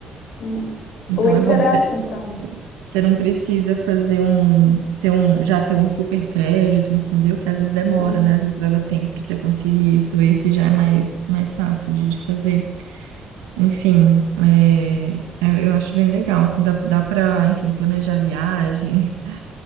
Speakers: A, on the left; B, on the right.
A: Hum,
B: Então
A: O Inter
B: é bom, você
A: é assim também.
B: você não precisa fazer um, ter um, já ter um super crédito, entendeu? Que às vezes demora,
A: Hum,
B: né? Às vezes leva tempo para você conseguir isso. Esse já é mais, mais fácil de, de fazer. Enfim, é, eu eu acho bem legal, assim, dá, dá para, enfim, planejar a viagem. <laughs>